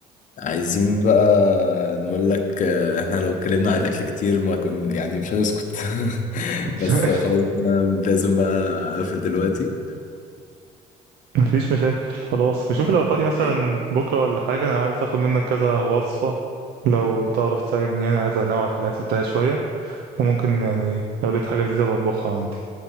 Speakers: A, on the left (about 50°); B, on the right (about 70°).
A: عايزين بقى نقول لك آه، احنا لو اتكلمنا عن الاكل كتير ما كنا يعني مش هنسكت <laughs>
B: <laughs>
A: بس آه، خلاص بقى انا لازم بقى اقفل دلوقتي
B: مفيش مشاكل خلاص شوف
A: طيب
B: لو فاضي
A: اوكي
B: مثلا بكرة ولا حاجة أنا عايز أخد منك كذا وصفة لو تعرف تساعدني يعني عايز أنوع في الأكل بتاعي شوية وممكن يعني لو لقيت حاجة لذيذة بطبخها عندي